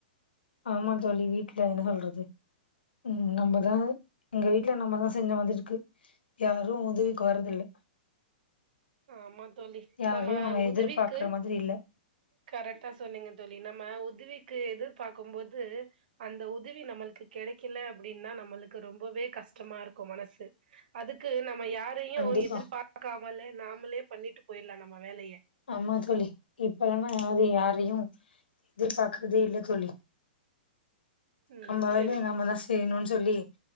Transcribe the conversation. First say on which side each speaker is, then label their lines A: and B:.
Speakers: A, on the left; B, on the right.
A: ஆமா தோழி வீட்டுல என்ன சொல்றது உ நம்மதா இங்க வீட்டுல நம்மதா செஞ்சு வந்துருக்கு யாரு உதவிக்கு வரதில்ல
B: ஆமா தோழி
A: யாரையு
B: நம்ம உதவிக்கு
A: எதிர்பாக்குற மாதிரி இல்ல
B: கரெக்டா சொன்னீங்க தோழி நம்ம உ உதவிக்கு எதிர்பார்க்கம்போது அந்த உதவி நம்மளுக்கு கெடைக்கல அப்டின்னா நம்மளுக்கு ரொம்பவே கஷ்டமா இருக்கு மனசு அதுக்கு நம் நம்ம யாரையு
A: கண்டிப்பா
B: எதிர்பார்க்காமல நாமளே பண்ணிட்டு போயிர்லா நம்ம வேலைய
A: ஆமா தோழி இப்பல்லானா யாரு யாரையு எதிர்பாக்குறதே இல்ல தோழி
B: ம்
A: நம்ம வேலைய
B: சரிங்க
A: நம்மதா செய்யனுன் சொல்லி